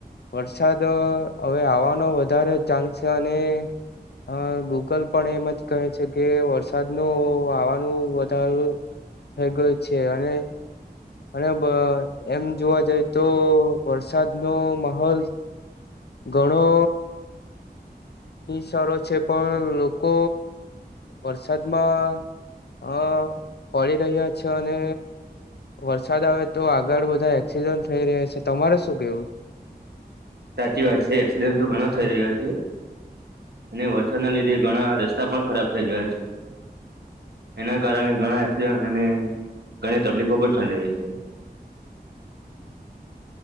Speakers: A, on the left; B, on the right.
A: વરસાદ હવે આવાનો વધારે ચાન્સ છે અને હ ગૂગલ પણ એમ જ કહે છે કે વરસાદનું આવવાનું વધાર થઈ ગય છે અને અને એમ જોવા જઈ તો વરસાદ નો માહોલ ઘણો ની સારો છે પણ લોકો વરસાદમાં હ પડી રહ્યા છ અને વરસાદ આવે તો આગળ બધા એક્સિડન્ટ થઈ રહ્યા છે તમારે શું કેવું
B: સાચી વાત છે એક્સિડેન્ટ તો ઘણા થઈ રહ્યા છે અને વરસાદના લીધે ઘણા રસ્તા પણ ખરાબ થઇ ગયા છે એના કારણે ઘણા એસડ અને ઘણી તકલીફો પણ ંડી છે
A: <unintelligible>